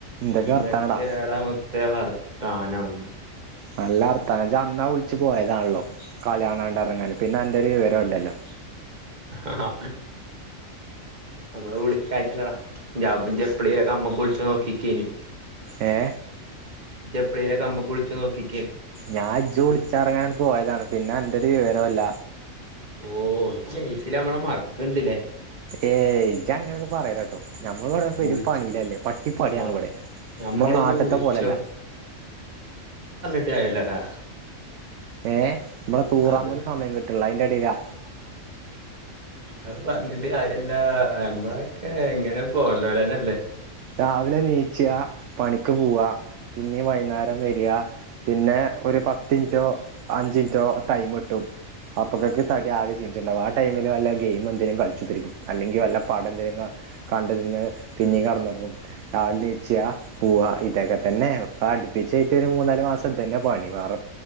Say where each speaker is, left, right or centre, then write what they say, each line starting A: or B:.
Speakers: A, on the right; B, on the right.
A: എന്തൊക്കെ
B: എന്തൊക്കെയ
A: വർത്താനടാ
B: ഏടാമുത്തേ വാർത്ത ത്താനം
A: നല്ല വർത്താനം ഇജ് അന്നാ വിളിച്ച് പോയതാണല്ലോ കളിയാണാണ്ട് ഇറങ്ങാൻ പിന്നെ അന്റെ ഒരു വിവരുല്ലല്ലോ
B: ആ നമ്മള് വിളിക്കായിട്ടല്ലടാ ഇജെ എപ്പളേലൊക്കെ അമ്മക്ക് വിളിച്ചോ നോക്കിക്കേനി
A: ഏ
B: ജെപ്പ്ളിയിലൊ ക അമ്മ വിളിച്ചോ നോക്കി
A: ഞാൻ ഇജ് വിളിച്ചറങ്ങാട്ട് പോയതാണ് പിന്നെ അന്റെ ഒരു വിവരുല്ല
B: ഓ ജയ്സിൽ നമ്മളെ മറക്ക്ണ്ട്ല്ലേ
A: ഏയ് ഇജ് അങ്ങനൊന്നും പറയലട്ടോ നമ്മൾവിടെ പെരും
B: വിളിച്ച
A: പണിയിലല്ലേ പട്ടിപ്പണിയാണ്
B: ആ
A: ഇവിടെ
B: നമ്മളൊന്ന്
A: നമ്മള നാട്ട്ത്തെ
B: വിളിച്ചോ
A: പോലല്ല
B: ട്ട് കാര്യല്ലടാ
A: ഏ നമ്മള തൂറാൻ
B: അത്
A: പോലും സമയം കിട്ട്ള്ള അയിന്റെ എടേലാ
B: അത് പറഞ്ഞിട്ട് കാര്യല്ലാ ആ നമ്മളൊക്കെ എങ്ങനെ പോകേണ്ടോലെന്നല്ല ല്ലേ
A: രാവിലെ നീച്ച പണിക്ക് പോവാ പിന്നീ വൈകുന്നേരം വരിക പിന്നെ ഒരു പത്തിൻറ്റോ അഞ്ചിൻറ്റോ ടൈം കിട്ടും അപ്പൊക്കൊക്കെ തടി ആകെ ക്ഷീണിച്ചിട്ടുണ്ടാവും ആ ടൈമിൽ വല്ല ഗെയിം എന്തെങ്കിലും കളിച്ചു ഇരിക്കും അല്ലെങ്കിൽ വല്ല പടം ന്തേലും ക കണ്ടന്ന് പിന്നീ കട്ന്നൊ രാവിലെ എണീച്ച പൂവാ ഇതൊക്കെ തന്നെ ഇപ്പൊ അടുപ്പിച്ചട്ട് ഒരു മൂന്നാല് മാസം ഇത് തന്നെ പണി വേറെ